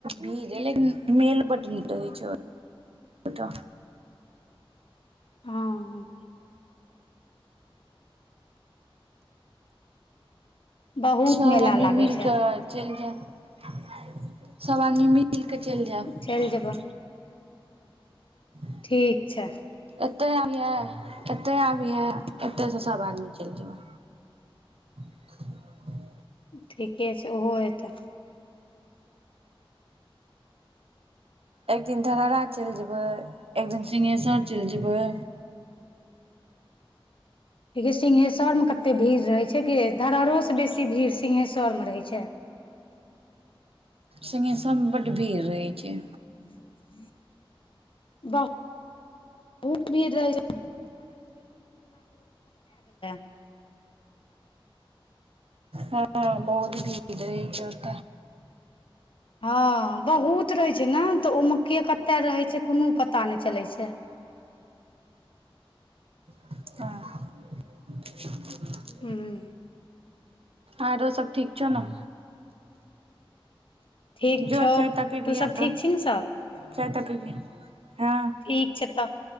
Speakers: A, on the right; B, on the left.
A: भीड़ ए मेल बड निकै छै <inaudible> ओत
B: <unintelligible> बहुत
A: सब
B: मेला
A: आदमी
B: लागै
A: मिल
B: छै
A: कऽ चैल जेब <inaudible> सभ आदमी मिल कऽ चैल जेब
B: चलि जेबै
A: <unintelligible>
B: ठीक छै
A: एतै आबिहे एतै आबियहे एतै स सब आदमी चैल जेबै <unintelligible>
B: ठीके छै ओहो हेतै
A: एकदिन धरारा चैल जेबै एक दिन सिंहेसर चैल जेबै
B: सिंहहेश्वर में कते भीड़ रहै छै कि धराराहो स बेसी भीड़ सिंहहेश्वर रहै छै
A: सिघेश्वर बड भीड़ रहै छै
B: <unintelligible> बहुत भीड़ रह छै <unintelligible>
A: हँ बहुत भीड़ रहै छै ओत
B: हँ बहुत रहै छै न त ओहिमे के कते रहै छै कोनो पता नहि चलै छै
A: हँ
B: हँ
A: आरो सब ठीक छौ न
B: ठीक
A: जो
B: छौ
A: चाय ताइ पीबिहे
B: सब
A: तू
B: ठीक छी ने सब
A: चाय तकनीही हे
B: ठीक छै तब